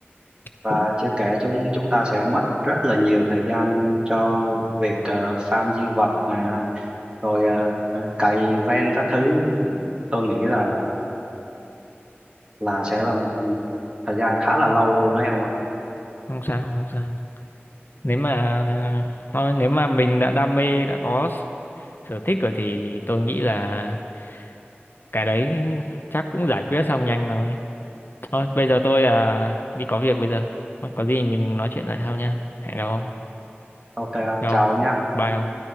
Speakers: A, on the right; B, on the left.
A: Và
B: cũng
A: chưa kể chúng chúng ta sẽ mất rất là nhiều thời gian cho việc ờ, farm di vật nè, rồi ờ, cày ven các thứ. Tôi nghĩ là là sẽ là một thời gian khá là lâu luôn đấy ông ạ
B: không sao, không sao. Nếu mà à, thôi nếu mà mình đã đam mê đã có sở thích rồi thì tôi nghĩ là cái đấy chắc cũng giải quyết xong nhanh thôi thôi bây giờ tôi à, đi có việc bây giờ có gì mình nói chuyện lại sau nha hẹn gặp ông
A: ok ông
B: gặp
A: chào
B: ông
A: ông nhá
B: bye ông